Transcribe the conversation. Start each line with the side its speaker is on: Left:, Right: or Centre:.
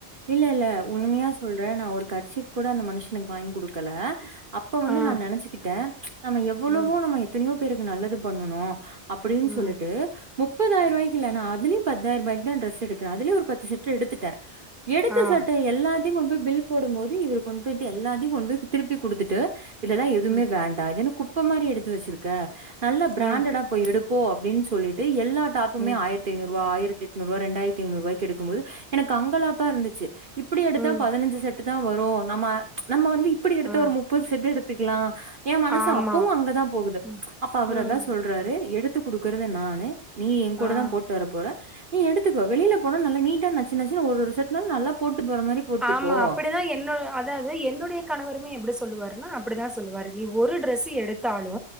Right: இல்ல இல்ல உண்மையா சொல்றே நா ஒரு கர்சிஃப் கூட அந்த மனுஷனுக்கு வாங்கி குடுக்கல அப்ப வந்து
Centre: ஆ
Right: நா நினைச்சுக்கிட்டே நம்ம எவ்வளவோ
Centre: ம்
Right: நம்ம எத்தனையோ பேருக்கு நல்லது பண்ணனு அப்டின்னு
Centre: ம்
Right: சொல்லிட்டு முப்பதாயிர ரூவாய்க்கில்லனா அதுலய பத்தாயிரருவாய்க்கு டிரெஸ் எடுக்கிறே அதுலயு ஒரு பத்து செட் எடுத்துட்ட எடுத்த
Centre: ஆ
Right: சட்டை எல்லாத்தையு கொண்டு போய் பில் போடும் போது இவரு கொண்டு போயிட்டு எல்லாத்தையு கொண்டு போய் திருப்பி குடுத்துட்டு இதெல்லா எதுவுமே
Centre: ம்
Right: வேண்டா இதுன்னு குப்ப மாரி எடுத்து வச்சிருக்க நல்லா பிராண்டடா
Centre: ஆ
Right: போய் எடுப்போ அப்படின் சொல்லிட்டு எல் எல்ல டாபுமே
Centre: ம்
Right: ஆயத்த ஐநூறுவா ஆயிரத்தி எட்நூறுவா ரெண்டாயிரத்து ஐநூறுவாய்க் எடுக்கும் போது எனக்கு அங்கலாப்பா இருந்துச்சு இப்படி எடுத்தா
Centre: ம்
Right: பதினஞ்சு செட்டு தா வரு நம்ம நம்ம வந் இப்படி எடுத்த
Centre: ஆ
Right: ஒரு முப்பது செட்டு எடுத்துக்கலா ஏ மனசு
Centre: ஆமா
Right: அப்பவு அங்கதா போகுது
Centre: ம்
Right: அப்ப அவரதா
Centre: ம்
Right: சொல்றாரு எடுத்து குடுக்கறது நானு நீ எங் கூடதா
Centre: ஆ
Right: போட்டு வர போற நீ எடுத்துக்கோ வெளியில போன நல்லா நீட்டா நச்சுச்சு ஒரு ஒரு செட்னாலு நல்லா போட்டு போற மாரி போட்டு
Centre: ஆமா
Right: போ."
Centre: அப்படிதா என்னோ அதாவது என்னுடைய கணவர் மே எப்படி சொல்லுவாருன்னா அப்படித்தா சொல்லுவாரு நீ ஒ ஒரு ட்ரெஸ் எடுத்தாலு